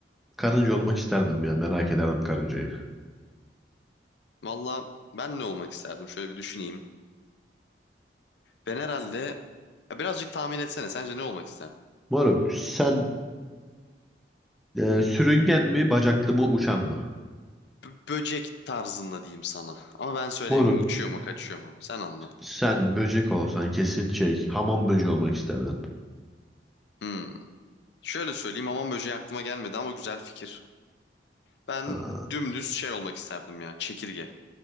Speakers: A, in the centre; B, on the left.
A: karınca olmak isterdim ya. Merak ederdim karıncayı.
B: Valla ben ne olmak isterdim? Şöyle bir düşüneyim. Ben herhalde Ya birazcık tahmin etsene. Sence ne olmak isterdin?
A: Moruk sen e, sürüngen mi bacaklı mı uçan mı?
B: B- böcek tarzında diyeyim sana. Ama ben söylemeyeyim.
A: Moruk
B: Uçuyor mu, kaçıyor mu? Sen anla.
A: sen böcek olsan kesin şey hamam böceği olmak isterdin.
B: Hmm. Şöyle söyleyeyim aman böceği aklıma gelmedi ama güzel fikir. Ben
A: Ha,
B: dümdüz şey olmak isterdim ya çekirge.